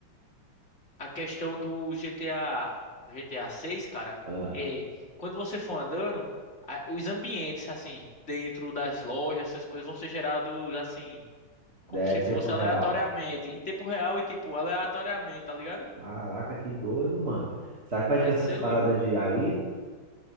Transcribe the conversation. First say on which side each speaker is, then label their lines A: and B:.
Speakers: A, on the left; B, on the right.
A: a questão do GTA, GTA 6, cara,
B: Ah,
A: é quando você for andando, a- os ambientes assim, dentro das lojas, essas coisas vão ser gerados assim, como
B: daí
A: se
B: é tempo
A: fosse
B: real.
A: aleatoriamente, em tempo real e tipo aleatoriamente, tá ligado?
B: Caraca, que doido, mano. Será que vai
A: Vai
B: ter essas
A: ser
B: paradas
A: louco.
B: de aí?